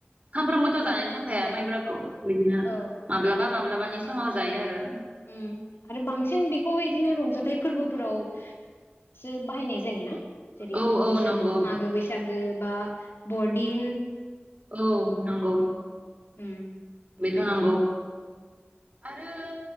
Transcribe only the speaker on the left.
औ
ओम आरो बांसिन बेखौ इदिनो रंजाथाइ फोरबोफोराव सो बाहायनाय जायोना जेरै
बैसागु
मागो बैसागु जेनेबा बरदिन
ओम